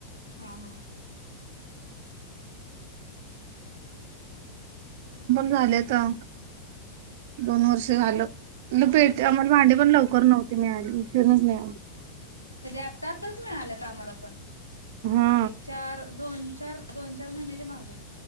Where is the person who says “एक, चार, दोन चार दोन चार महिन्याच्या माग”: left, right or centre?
Left